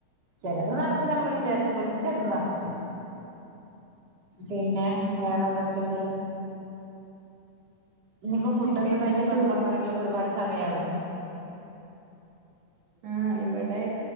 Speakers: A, on the right; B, on the right.
A: ചിലത് നട നമ്മൾ വിചാരിച്ച പോലെ ചിലത് നടക്കൂല പിന്നെ
B: ഉം
A: വേറെ എന്തൊക്കെ യുണ്ട് ഇനി ഇപ്പോ ഫുഡ്
B: വെക്കേഷന്
A: ഒക്കെ കഴിച്ച് കിടന്നുറങ്ങണമെങ്കിൽ
B: ടൂ
A: ഒക്കെ ഒരു പാട് സമയം ആ കൂലേ
B: ആ ഇവിടെ